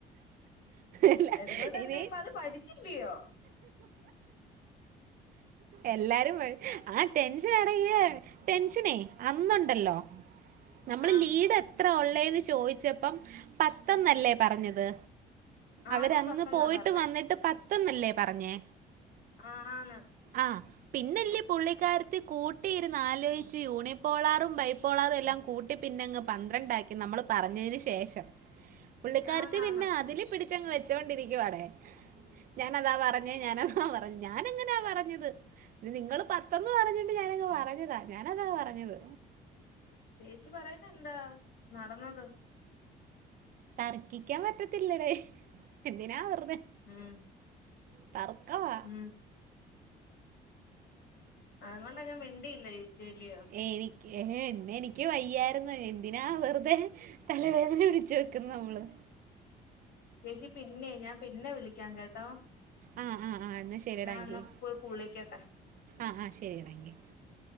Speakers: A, on the right; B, on the left.
A: എല്ലാ-
B: അതുകൊണ്ട് എന്ത്
A: ഇനി
B: ഇപ്പ അത് പഠിച്ചി ല്ലിയോ
A: എല്ലാരും പറയും ആ ടെൻഷൻ ആണെകിലേ ടെൻഷനേ അന്നുണ്ടല്ലോ നമ്മൾ
B: ആഹ്
A: ലീഡ് എത്ര ഉള്ളേന്ന് ചോദിച്ചപ്പം പത്തന്നല്ലേ പറഞ്ഞത്
B: ആദ്യം
A: അവരന്ന്
B: പത്തെന്നാ
A: പോയിട്ട്
B: പറഞ്ഞേ
A: വന്നിട്ട് പത്തന്നല്ലേ പറഞ്ഞേ
B: ആ ആണ്
A: ആഹ് പിന്നല്ലേ പുള്ളിക്കാരത്തി കൂട്ടിയിരുന്ന് ആലോചിച്ച് യൂണിപ്പോളാറു ബൈ പോളർ എല്ലാം കൂട്ടി പിന്നങ്ങ് പന്ത്രണ്ട് ആക്കി നമ്മൾ പറഞ്ഞയ്ന് ശേഷം പുള്ളിക്കരത്തി
B: ആന്നാന്ന്
A: പിന്നെ അതില് പിടിച്ചങ്ങ് വെച്ചൊണ്ടിരിക്കുവാണേ ഞാനതാ പറഞ്ഞേ ഞാനതാ പറഞ്ഞു ഞാനങ്ങനെയാ പറഞ്ഞത് നിങ്ങള് പത്തെന്ന് പറഞ്ഞിട്ട് ഞാനങ്ങ് പറഞ്ഞതാ ഞാനതാ പറഞ്ഞത്
B: ചേച്ചി പറയുന്നെ എന്താ നടന്നത്
A: തർക്കിക്കാൻ പറ്റത്തില്ലല്ലേ എന്തിനാ വെറുതെ
B: ഉം
A: തറക്കവാ
B: ഉം അ നിങ്ങോ അങ്ങെ വിണ്ടിയില്ല ചേച്ചിലിയോ
A: എനിക്ക് ഏ അന്നെനിക്ക് എനിക്ക് വയ്യായിരുന്നു എന്തിനാ വെറുതെ തലവേദന പിടിച്ചു വെക്കുന്നു നമ്മള്
B: ചേച്ചി പിന്നെ ഞാൻ പിന്നെ വിളിക്കാം കേട്ടോ
A: ആഹ് ആആ എന്നാ ശരിടാങ്കി
B: ഞാൻ എന്നാ പോയി കുളിക്കട്ടെ
A: ആഹ് ആഹ് ശരിടാങ്കി
B: അ